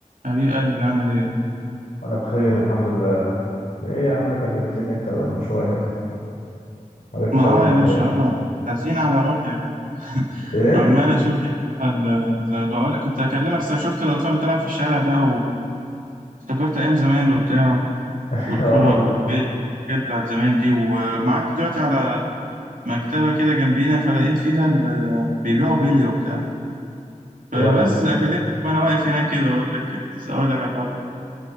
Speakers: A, on the right; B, on the left.
A: حبيب قلبي عامل ايه؟
B: انا بخير الحمد لله ايه يا عم كلمتني انت من شويه معرفتش
A: ما اه
B: ارد
A: يا
B: عليك
A: باشا اه حزين على روحي يا جدع <laughs>
B: ايه
A: عمال اشوف يا جدع ال- زي ما بقول لك كنت اكلمك صح، شفت الاطفال بتلعب في الشارع بقى وافتكرت ايام زمان وبتاع
B: <laughs>
A: والكور والبلي
B: اه
A: والحاجات بتاعت زمان دي ومعدي دلوقتي على مكتبة كده جنبينا فلقيت فيها ال- بيبيعوا بلي وبتاع فبس
B: يا
A: كلمتك وانا واقف هناك كده اقول لك كنت اسالك على الحوار ده